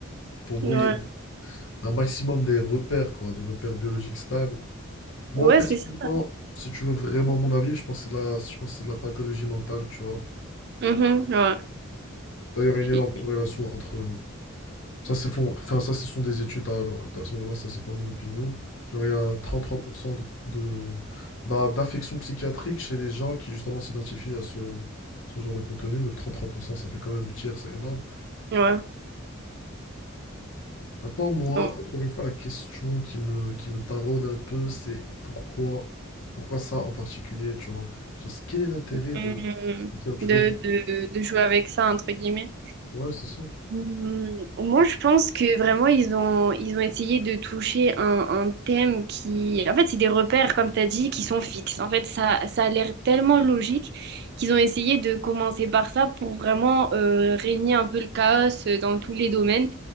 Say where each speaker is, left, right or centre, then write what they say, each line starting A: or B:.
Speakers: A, on the left; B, on the right.
A: pour brouiller
B: Ouais,
A: un maximum des repères, quoi, des repères biologiques stables. Moi,
B: Ouais,
A: personnellement,
B: c'est ça.
A: si tu veux vraiment mon avis, je pense que c'est de la, je pense que c'est de la pathologie mentale, tu vois.
B: Mhm, ouais.
A: D'ailleurs, il y
B: Puis-
A: a une énorme corrélation entre... Ça, c'est fond... enfin, ça, ce sont des études, à, à ce moment-là, ça, c'est pas mon opinion. Genre, il y a 33% de, de... bah, d'affections psychiatriques chez les gens qui, justement, s'identifient à ce, ce genre de contenu. Donc, 33% ça fait quand même le tiers, c'est énorme.
B: ouais.
A: Maintenant, moi,
B: Bon.
A: encore une fois, la question qui me, qui me taraude un peu, c'est pourquoi, pourquoi ça en particulier, tu vois? Genre, c'est- quel est l'intérêt
B: Mmh,
A: de, de faire du
B: De,
A: lobby?
B: de, de jouer avec ça, entre guillemets.
A: Ouais, c'est ça.
B: Hmm, Moi, je pense que vraiment, ils ont, ils ont essayé de toucher un, un thème qui... En fait, c'est des repères, comme tu as dit, qui sont fixes. En fait, ça, ça a l'air tellement logique qu'ils ont essayé de commencer par ça pour vraiment euh, régner un peu le chaos euh, dans tous les domaines.